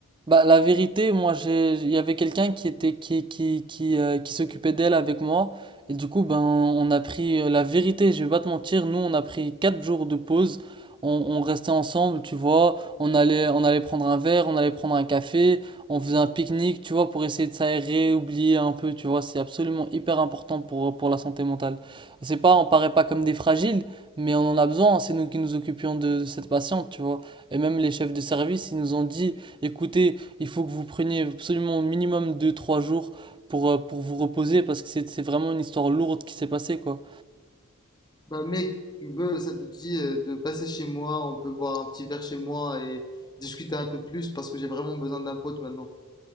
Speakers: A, on the right; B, on the left.
A: Bah, la vérité, moi, j'ai, il y avait quelqu'un qui était, qui, qui, qui, euh, qui s'occupait d'elle avec moi. Et du coup, ben, on a pris euh, la vérité, je vais pas te mentir. Nous, on a pris quatre jours de pause. On, on restait ensemble, tu vois. On allait, on allait prendre un verre, on allait prendre un café. On faisait un pique-nique, tu vois, pour essayer de s'aérer, oublier un peu, tu vois. C'est absolument hyper important pour, pour la santé mentale. C'est pas, on paraît pas comme des fragiles, mais on en a besoin. C'est nous qui nous occupions de, de cette patiente, tu vois. Et même les chefs de service, ils nous ont dit, écoutez, il faut que vous preniez absolument au minimum deux trois jours pour, euh, pour vous reposer parce que c'est c'est vraiment une histoire lourde qui s'est passée quoi.
B: Bah, mec, tu veux, ça te dit euh, de passer chez moi, on peut boire un petit verre chez moi et discuter un peu plus parce que j'ai vraiment besoin d'un pote maintenant.